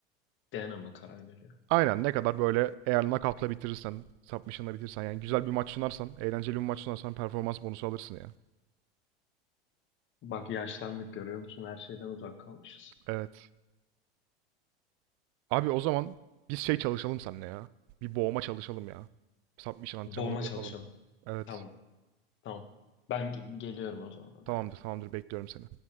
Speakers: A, on the left; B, on the right.
A: DNA mı karar veriyor?
B: Aynen ne kadar böyle eğer knockout'la bitirirsen, submission'la bitirirsen yani güzel bir maç sunarsan, eğlenceli bir maç sunarsan performans bonusu alırsın ya.
A: Bak yaşlandık görüyor musun? Her şeyden uzak kalmışız.
B: Evet. Abi o zaman biz şey çalışalım seninle ya. Bir boğma çalışalım ya. Submission antrenmanı
A: Boğma
B: bir
A: çalışalım.
B: yapalım. Evet.
A: Tamam. Tamam. Ben ge- geliyorum o zaman oraya.
B: Tamamdır, tamamdır. Bekliyorum seni.